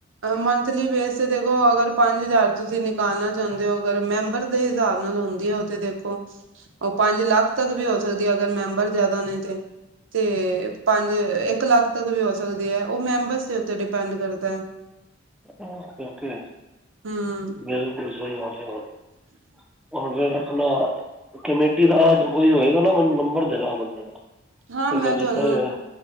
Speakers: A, on the right (about 75°); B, in the centre.
A: ਮੰਥਲੀ ਬੇਸ ਤੇ ਦੇਖੋ ਅਗਰ ਪੰਜ ਹਜ਼ਾਰ ਤੁਸੀਂ ਨਿਕਾਲਣਾ ਚਾਹੁੰਦੇ ਹੋ ਅਗਰ ਮੈਂਬਰ ਦੇ ਹਿਸਾਬ ਨਾਲ ਹੁੰਂਦੀ ਹੈ ਉਹ ਤੇ ਦੇਖ ਉਹ ਪੰਜ ਲੱਖ ਤੱਕ ਵੀ ਹੋ ਸਕਦੀ ਅਗਰ ਮੈਂਬਰ ਜਿਆਦਾ ਨੇ ਤੇ ਤੇ ਪੰਜ ਇੱਕ ਲੱਖ ਤੱਕ ਵੀ ਹੋ ਸਕਦੀ ਹੈ ਉਹ ਮੈਂਬਰਸ ਦੇ ਉੱਤੇ ਡਿਪੈਂਡ ਕਰਦਾ ਹੈ।
B: ਓਕੇ ਓਕੇ
A: ਹਮ
B: ਮੇਨ ਕੋ ਸਹੀ <unintelligible> ਫ ਆਪਣਾ ਕਮੇਟੀ ਦਾ ਜੋ ਕੋਈ ਹੋਏਗਾ ਨਾ ਮੈਨੂੰ ਨੰਬਰ ਦੇਣਾ ਓ ਬੰਦੇ ਦਾ।
A: ਹਾਂ
B: ਫਿਰ
A: ਮੈਂ ਤੁਹਾਨੂੰ
B: ਜਿੱਦਾਂ ਹੀ